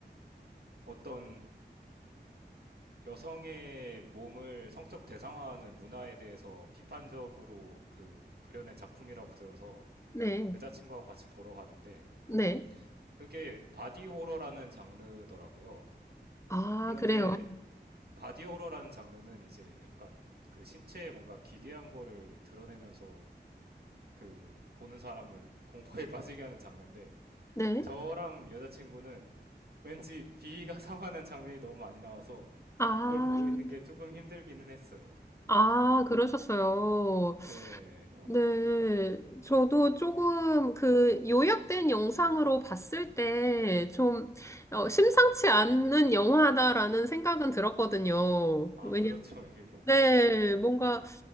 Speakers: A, on the right; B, on the left.
A: 어떤 여성의 몸을 성적 대상화하는 문화에 대해서 비판적으로 그 그려낸 작품이라고 들어서
B: 네,
A: 여자친구하고 같이 보러 갔는데
B: 네.
A: 그게 바디 호러라는 장르더라고요.
B: 아,
A: 그런데
B: 그래요.
A: 바디 호러라는 장르는 이제 약간 그 신체에 뭔가 기괴한 거를 드러내면서 그 보는 사람을 <laughs> 공포에 빠지게 하는 장르인데
B: 네.
A: 저랑 여자친구는 왠지 비위가 상하는 장면이 너무 많이 나와서
B: 아,
A: 그걸 보고 있는 게 조금 힘들기는 했어요.
B: 아, 그러셨어요.
A: 네.
B: 네, 저도 조금 그 요약된 영상으로 봤을 때좀 어, 심상치 않은 영화다라는 생각은 들었거든요.
A: 아,
B: 왜냐,
A: 그렇죠. <laughs> 이게.
B: 네, 뭔가